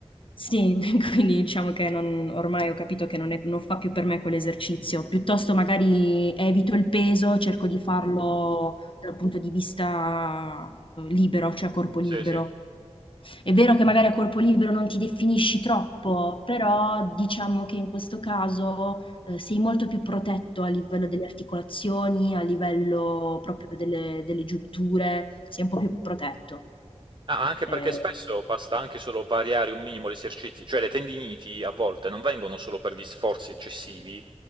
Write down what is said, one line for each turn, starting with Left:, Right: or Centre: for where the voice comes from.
Left: sì, <laughs> quindi diciamo che non ormai ho capito che non è non fa più per me quell'esercizio. Piuttosto magari evito il peso, cerco di farlo dal punto di vista, uhm, libero, cioè a corpo
Right: Sì,
Left: libero.
Right: sì.
Left: È vero che magari a corpo libero non ti definisci troppo, però diciamo che in questo caso, uhm, sei molto più protetto a livello delle articolazioni, a livello proprio delle delle giunture, sei un po' più protetto.
Right: Ah, anche perché
Left: Ehm,
Right: spesso basta anche solo variare un minimo gli esercizi, cioè le tendiniti a volte non vengono solo per gli sforzi eccessivi,